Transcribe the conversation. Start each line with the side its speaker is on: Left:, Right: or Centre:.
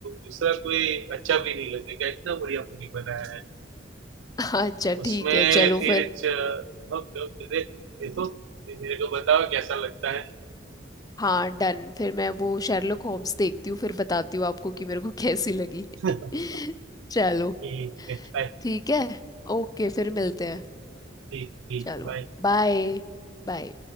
Right: दूसरा कोई अच्छा भी नहीं लगेगा इतना बढ़िया मूवी बनाया है
Left: <laughs> अच्छा
Right: उसमें
Left: ठीक है चलो
Right: फिर
Left: फिर
Right: ओके ओके देख देखो फिर मेरे को बताओ कैसा लगता है
Left: हाँ डन फिर मैं वो शेरलॉक होम्स देखती हूँ फिर बताती हूँ आपको कि मेरे को कैसी लगी
Right: <laughs>
Left: <laughs> चलो
Right: ठीक है बाय
Left: ठीक है ओके फिर मिलते हैं
Right: ठीक ठीक
Left: चलो
Right: बाय
Left: बाय बाय